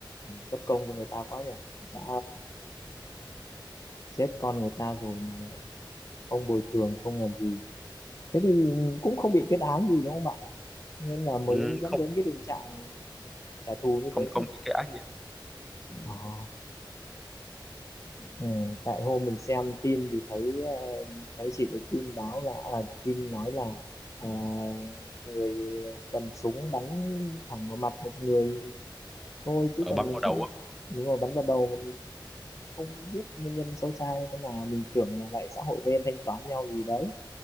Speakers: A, on the left; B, in the centre.
A: bất công cho người ta quá nhỉ, đã chết con người ta rồi mà không bồi thường không làm gì thế thì cũng không bị kết án gì đúng không bạn nên là mới
B: ừ,
A: dẫn
B: không
A: đến cái tình trạng trả thù như
B: không
A: thế
B: không
A: chứ
B: bị cái ác nghiệt
A: Ờ. ừ, tại hôm mình xem tin thì thấy ờ, thấy chỉ thấy tin báo là à, tin nói là ờ, người cầm súng bắn thẳng vào mặt một người thôi chứ
B: ở
A: còn
B: bắn
A: mình
B: vào đầu
A: cũng
B: á
A: đúng rồi bắn vào đầu mình không biết nguyên nhân sâu xa như thế nào mình tưởng là lại xã hội đen thanh toán nhau gì đấy